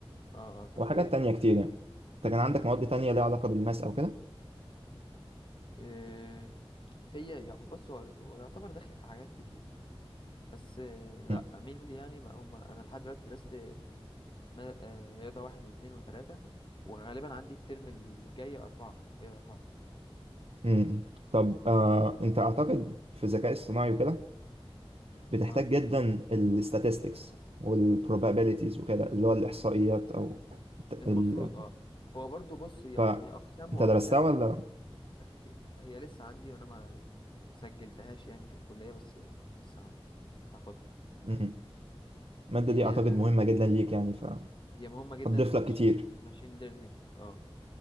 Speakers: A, on the left; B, on the right.
A: اه, آه. طب
B: وحاجات
A: حلو
B: تانية كتير يعني انت كان عندك مواد تانية ليها علاقة بالماس او كده
A: إيه... هي يع- بص هو هو يعتبر داخل في حاجات كتير بس آه، لا
B: مم.
A: مين لي يعني ما هم انا لحد دلوقتي درست ما- آه، رياضه واحد واثنين وثلاثه وغالبا عندي الترم الجاي اربعه رياضه اربعه
B: مم. طب آه انت اعتقد في الذكاء الصناعي وكده بتحتاج
A: اه
B: جدا الستاتستكس والبروبابيليتيز وكده اللي هو الاحصائيات او الت-
A: المفروض
B: ال...
A: اه هو برضو بص هي
B: ف
A: هي اقسام
B: انت
A: واقسام
B: درستها ولا
A: احت... هي لسه عندي وانا ما مسجلتهاش يعني في الكليه بس يعني لسه عندي هاخدها
B: مم. المادة
A: هي
B: دي اعتقد مهمة جدا ليك يعني
A: هي مهمه
B: فهتضيف
A: جدا في المش...
B: لك كتير
A: في الماشين ليرنينج اه